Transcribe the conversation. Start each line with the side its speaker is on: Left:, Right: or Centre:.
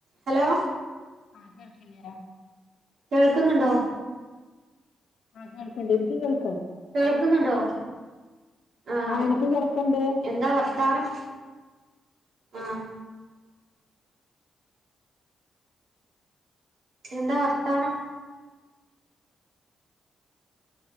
Right: Hello
Left: ആഹ് കേൾക്കില്ലെ
Right: കേൾക്കുന്നുണ്ടോ
Left: ആഹ് കേൾക്കണ്ട് എനിക്ക് കേൾ
Right: കേൾക്കുന്നുണ്ടോ ആഹ്
Left: എനിക്ക് കേൾക്കണ്ട്
Right: എന്താ വർത്താനം? ആഹ് എന്താ വർത്താനം?